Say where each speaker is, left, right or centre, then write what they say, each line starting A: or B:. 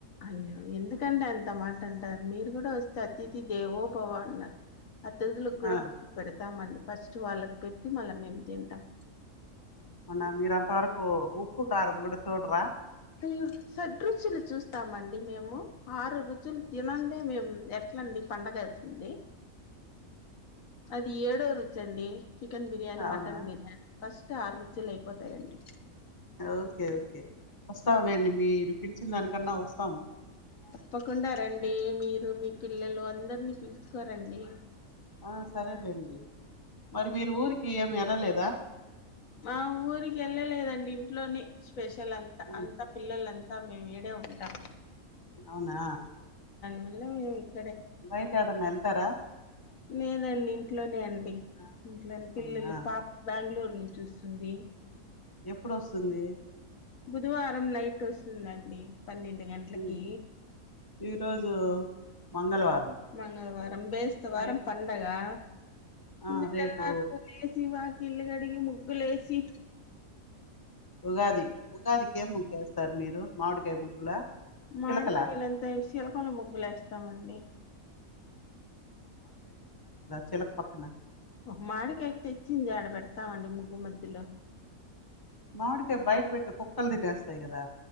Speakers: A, on the left; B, on the left.
A: అయ్యో ఎందుకండి అంత మాట అంటారు మీరు కూడా వస్తే అతిథి దేవోభవా అన్న అతిథులకు కూడా
B: ఆ
A: కో పెడతామండి ఫస్ట్ వాళ్ళక్ పెట్టి మళ్ళా మేం తింటాం
B: మన్న మీర అంత వరకు ఉప్పు కారం కూడ చూడరా
A: హమ్ సేడ్ రుచులు చూస్తామండి మేము ఆరు రుచులు తినందే మేం ఎట్లండి పండగ అవుతుంది అది ఏడో రుచ్చండీ చికెన్ బిర్యానీ
B: అవునా
A: మటన్ బిర్యానీ ఫస్ట్ ఆరు రుజులు అయిపోతాయండి
B: ఒకే ఒకే వస్తాంలేండి మీరు పిల్చిం దానికన్నా వస్తాం
A: తప్పకుండా రండి మీరు మీ పిల్లలు అందరినీ పిలుచుకోరండి
B: ఆ సరేలేండి మరి మీరు ఊరికి ఏమి వెళలేదా
A: మా ఊరికి వెళ్ళలేదండి ఇంట్లోనే స్పెషల్ అంత
B: ఉమ్,
A: అంత పిల్లలా అం మేము ఇడా ఉంటం
B: అవునా
A: అళ
B: బయట ఏడన్నా ఎళ్తారా
A: లేదండి ఇంట్లోనే అండి
B: ఆ,
A: ఇంట్లోనే పిల్లలు
B: అవునా
A: పాప బెంగళూరు ను చూస్తుంది
B: ఎప్పుడుస్తుంది
A: బుధవారం నైట్ వస్తుందండి పన్నెండు గంటలకి
B: ఉమ్, ఈరోజు మంగళవారం
A: మంగళవారం బస్ వారం
B: రేపు
A: పండగా
B: ఆ
A: ఇంకా
B: రేపు
A: టెలర్లు లేసి పండగ గిల్గడిగి ముగ్గులే వేసి
B: ఉగాది ఉగాది కేం సార్ మీరు మామిడికాయ ముగ్గులా
A: మాడికయలుంత
B: చిలకలా
A: ఏసి శీలకలు ముగ్గులు వేస్తామండి
B: చిల పక్కన
A: ఒక మాడికాైకి తెచ్చింది ఆడ పెడతామండి ముగ్గు మధ్యలో
B: మాడికాయ్ బయట పెడితే కుక్కల్ తినేస్తాయి కదా